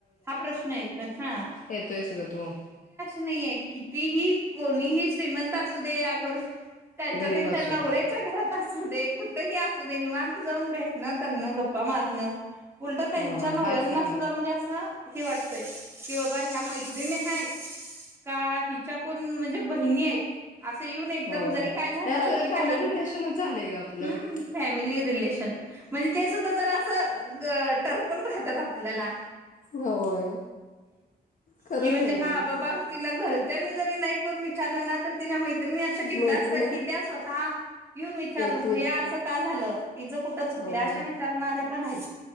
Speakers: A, on the right; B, on the left.
A: हा प्रश्न येतोय हा.
B: येतोयंच ग तो‌
A: नाही आहे कितीही कोणीही श्रीमंत असू दे अगर त्यांच्या
B: गरीब
A: त्यांच्या
B: असू
A: नवऱ्याच्या
B: दे
A: घरात असू दे कुठही असू दे निवांत जाऊन भेटणं, करणं, गप्पा मारणं. उलटं त्यांच्या
B: होय
A: नवऱ्यांना
B: हायच ते आपलं
A: सुद्धा म्हणजे असं हे वाटतंय कि बाबा ह्या मैत्रिणी आहेत का हिच्या कोण म्हणजे बहिणी आहेत. असं येऊन एकदम
B: होय
A: जरी
B: हे
A: काय झालं
B: असं
A: की
B: फॅमिली
A: त्याला
B: रिलेशनच झालंय ग आपलं
A: हूं. फॅमिली रिलेशन म्हणजे ते सुद्धा जरा असं ग टरकून राहतात आपल्याला‌
B: होय खरंच
A: की म्हणजे
B: आहे
A: हा
B: ते.
A: बाबा तिला घरच्यांनी जरी नाही कोण विचारलं ना तर तिच्या मैत्रिणी तर मी अशा बिनधास्त
B: मैत्रिणी
A: आहेत की त्या स्वतः येऊन विचारतात
B: येतील
A: हो या अस का झालं तिचं कु कुठं चुकल
B: होय
A: अशा विचारणाऱ्या पण आहेत.